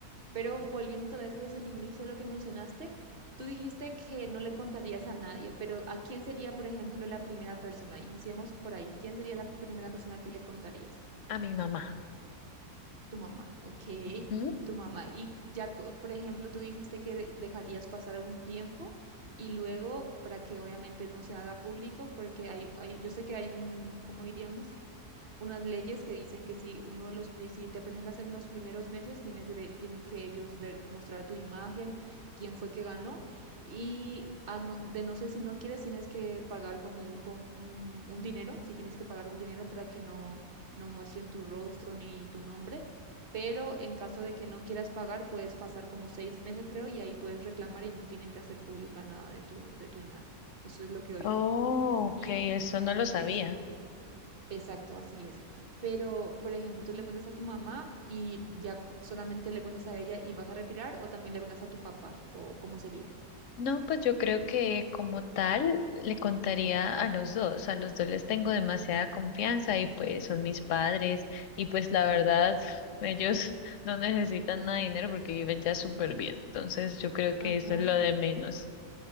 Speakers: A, on the right; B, on the left.
A: Pero volviendo otra vez desde el inicio a lo que mencionaste, tú dijiste que no le contarías a nadie, pero ¿a quién sería, por ejemplo, la primera persona? Iniciemos por ahí. ¿Quién sería la primera persona que le contarías?
B: A mi mamá.
A: Tu mamá, ok,
B: Ujú.
A: tu mamá. Y ya, cu- por ejemplo, tú dijiste que de- dejarías pasar un tiempo y luego para que obviamente no se haga público, porque hay, hay, yo sé que hay un, ¿cómo diríamos? unas leyes que dicen que si uno de los, pri- si te presentas en los primeros meses, tienes dere- tienen que ellos ver, mostrar tu imagen, quién fue que ganó, y a no- de no ser si no quieres, tienes que pagar como un, con- un, un dinero, si tienes que pagar un dinero para que no, no muestren tu rostro ni tu nombre. Pero en caso de que no quieras pagar, puedes pasar como seis meses, creo, y ahí puedes reclamar y no tienen que hacer pública nada de tu, de tu imagen. Eso es lo que he oído.
B: Oh,
A: Y
B: ok, eso no lo sabía.
A: es Exacto, así es. Pero, por ejemplo, tú le cuentas a tu mamá y ya cu- solamente le cuentas a ella y vas a retirar o también le cuentas a tu papá o cómo sería.
B: No, pues yo creo que como tal le contaría a los dos, a los dos les tengo demasiada confianza y pues son mis padres y pues la verdad <laughs> ellos no necesitan nada de dinero porque viven ya súper bien, entonces yo creo que
A: Ajá.
B: eso es lo de menos.